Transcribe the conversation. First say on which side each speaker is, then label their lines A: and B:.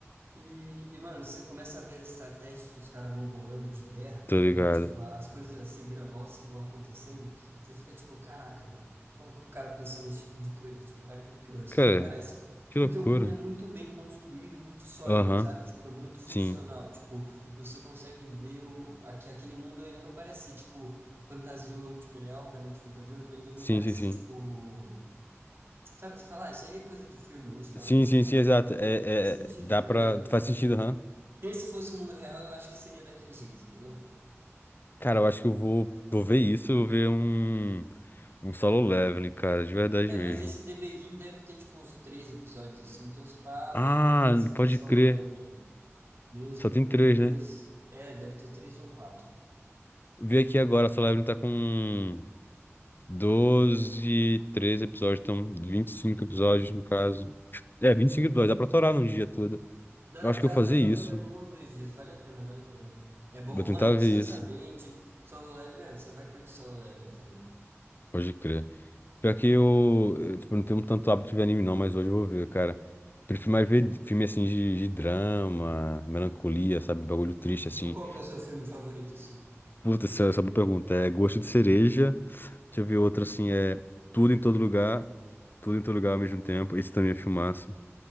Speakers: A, on the right; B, on the left.
A: E, e, mano, você começa a ver as estratégias que os caras vão bolando de guerra
B: Tô ligado.
A: e, tipo, a- as coisas, as reviravoltas que vão acontecendo. Você fica, tipo, caraca, mano, como que o cara pensou nesse tipo de coisa? Tipo, o cara que criou. Você
B: Cara,
A: fala, cara, isso... é
B: que
A: Porque
B: loucura.
A: o mundo é muito bem construído, muito sólido,
B: Aham,
A: sabe? Tipo, é muito funcional.
B: sim.
A: Tipo, você consegue ver o... aque- aquele mundo, ele não parece ser, tipo Fantasioso, tipo, ele é obviamente fantasioso, mas ele
B: Sim,
A: não parece
B: sim, sim.
A: ser, tipo, sabe o que você fala? Ah, isso aí é coisa de filme. Aí Você fala,
B: Sim,
A: nossa,
B: sim,
A: pô,
B: sim,
A: isso
B: exato. É,
A: faz sentido,
B: é, dá
A: tá
B: pra.
A: ligado?
B: Faz sentido, aham.
A: Se esse fosse o mundo real, eu acho que seria daquele jeito, entendeu?
B: Cara, eu acho que eu vou, vou ver isso, eu vou ver um, um solo leveling, cara, de verdade
A: É,
B: mesmo.
A: mas esse The Begin deve ter, tipo, uns três episódios, assim, então, se pá,
B: Ah,
A: vale a pena mais você
B: pode
A: ver solo
B: crer.
A: leve mesmo,
B: Só tem três,
A: e depois,
B: né?
A: é, deve ter três ou quatro.
B: Vi aqui agora, solo leveling tá com 12 13 episódios, então 25 episódios no caso. É, 25 episódios, dá pra torar num dia todo.
A: Dá,
B: Eu acho
A: dá,
B: que eu vou
A: dá
B: fazer
A: pra
B: isso.
A: aturar em um ou dois dias, vale a pena, vale a pena. É bom,
B: Vou tentar
A: mano, descansa
B: ver isso.
A: a mente, solo leveling, ah, você vai curtir solo leveling também.
B: Pode crer. Pior que eu, eh, tipo, não tenho tanto hábito de anime não, mas hoje eu vou ver, cara. Prefiro mais ver filme assim de, de drama, melancolia, sabe? Bagulho triste assim.
A: Qual que é o seu filme favorito, assim?
B: Puta, essa essa é uma boa pergunta. É gosto de cereja. Deixa eu ver outra assim, é tudo em todo lugar, tudo em todo lugar ao mesmo tempo. Isso também é filmaço.